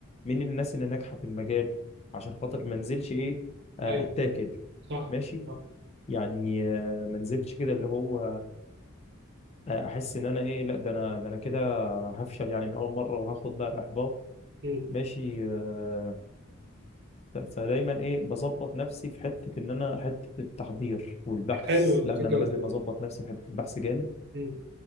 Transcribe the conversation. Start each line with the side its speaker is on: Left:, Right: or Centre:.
Left: مين الناس اللي ناجحه في المجال عشان خاطر ما انزلش ايه آه،
Right: ايوه
Left: اتاكل
Right: صح
Left: ماشي
Right: صح
Left: يعني آه، ما انزلش كده اللي هو آه، احس ان انا ايه لا ده انا ده انا كده هفشل يعني من اول مره وهاخد بقى الاحباط
Right: مم.
Left: ماشي آه، ف- فدايما ايه بظبط نفسي في حته ان انا حته التحضير والبحث
Right: حلو الفكره
Left: لا ده انا لازم
Right: دي
Left: اظبط نفسي في حته البحث جامد
Right: مم.